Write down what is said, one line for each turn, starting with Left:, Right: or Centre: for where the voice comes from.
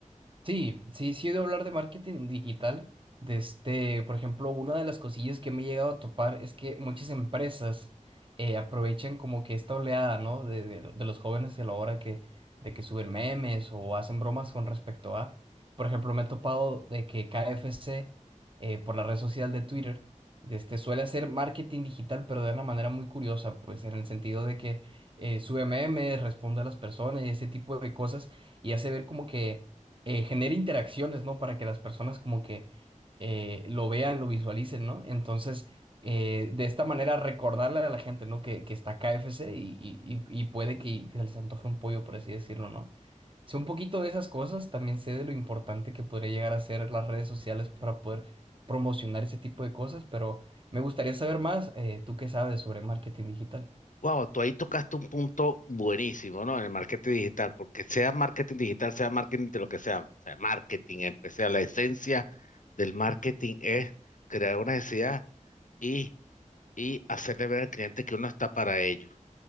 Right: Sí, sí, sí he de hablar de marketing digital. De este, por ejemplo, una de las cosillas que me he llegado a topar es que muchas empresas eh, aprovechan como que esta oleada, ¿no? De, de- de los jóvenes de la hora que, de que suben memes o hacen bromas con respecto a. Por ejemplo, me he topado de que KFC eh, por la red social de Twitter, de este, suele hacer marketing digital, pero de una manera muy curiosa, pues en el sentido de que eh, sube memes, responde a las personas y ese tipo de cosas y hace ver como que eh, genere interacciones, ¿no? Para que las personas como que eh, lo vean, lo visualicen, ¿no? Entonces, eh, de esta manera recordarle a la gente, ¿no? Que, que está KFC y, y, y y puede que se les antoje un pollo, por así decirlo, ¿no? Sé un poquito de esas cosas, también sé de lo importante que podría llegar a ser las redes sociales para poder promocionar ese tipo de cosas, pero me gustaría saber más, eh, ¿tú qué sabes sobre marketing digital?
Left: Wow, tú ahí tocaste un punto buenísimo, ¿no? En el marketing digital, porque sea marketing digital, sea marketing de lo que sea, o sea marketing, empecé la esencia del marketing es crear una necesidad y, y hacerle ver al cliente que uno está para ello.